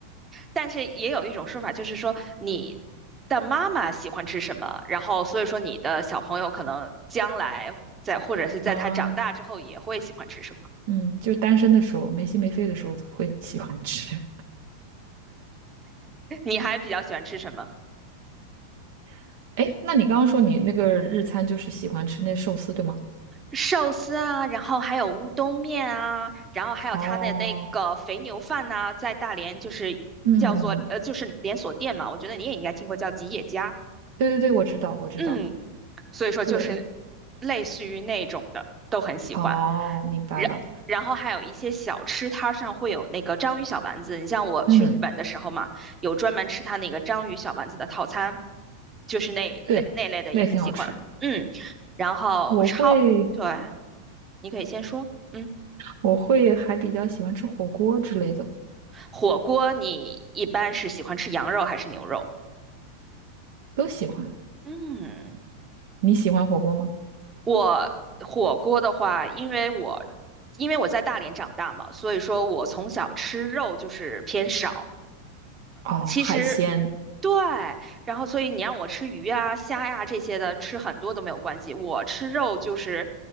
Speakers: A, on the right; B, on the right.
A: 但是也有一种说法，就是说你的妈妈喜欢吃什么，然后所以说你的小朋友可能将来在或者是在他长大之后也会喜欢吃什么。
B: <laughs> 啊，嗯，就单身的时候，没心没肺的时候会喜欢吃。
A: 你还比较喜欢吃什么？
B: <laughs> 哎，那你刚刚说你那个日餐就是喜欢吃那寿司，对吗？
A: 寿司啊，然后还有乌冬面啊，然后还有他的那个肥牛饭呐、
B: 哦，
A: 在大连就是叫做呃就是连锁店嘛，
B: 嗯，
A: 我觉得你也应该听过叫吉野家，
B: 对对对，我知道，我知道，
A: 嗯，所以说就是
B: 对，
A: 类似于那种的都很喜欢。
B: 哦，明白了，
A: 然然后还有一些小吃摊上会有那个章鱼小丸子，你像我去日本的时候嘛，
B: 嗯，
A: 有专门吃它那个章鱼小丸子的套餐，就是那类那类的也很喜欢，
B: 对，那也挺好吃。
A: 嗯，然后超，
B: 我会，
A: 对，你可以先说，嗯，
B: 我会还比较喜欢吃火锅之类的，
A: 火锅你一般是喜欢吃羊肉还是牛肉？
B: 都喜欢。
A: 嗯，
B: 你喜欢火锅吗？
A: 我火锅的话，因为我因为我在大连长大嘛，所以说我从小吃肉就是偏少。
B: 哦，
A: 其实
B: 海鲜，
A: 对，然后所以你让我吃鱼啊、虾呀、这些的，吃很多都没有关系。我吃肉就是